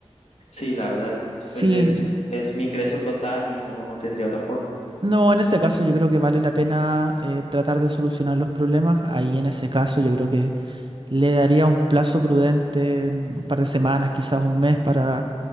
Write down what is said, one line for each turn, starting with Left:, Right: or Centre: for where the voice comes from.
Left: Sí, la verdad,
Right: Sí,
Left: pues es, es mi ingreso total y no, no tendría otra forma.
Right: no, en ese caso yo creo que vale la pena eh, tratar de solucionar los problemas. Ahí en ese caso yo creo que le daría un plazo prudente, un par de semanas, quizás un mes, para